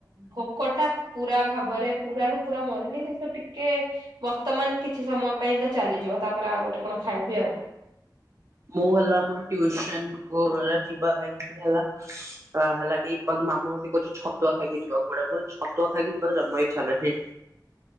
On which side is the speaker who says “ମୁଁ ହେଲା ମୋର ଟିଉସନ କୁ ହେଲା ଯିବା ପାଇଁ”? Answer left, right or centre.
Right